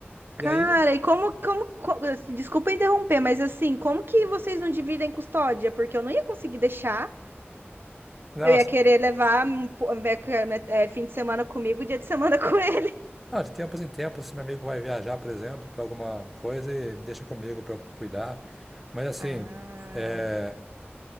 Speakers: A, on the right; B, in the centre.
A: Cara,
B: e aí,
A: e como, como, co- assim, desculpa interromper, mas assim, como que vocês não dividem custódia? Porque eu não ia conseguir deixar,
B: nossa,
A: eu ia querer levar um po- me- me- é, fim de semana comigo, dia de semana <laughs> com ele.
B: ah, de tempos em tempos, esse meu amigo vai viajar, por exemplo, para alguma coisa e deixa comigo para eu cuidar. Mas assim,
A: Ah,
B: é,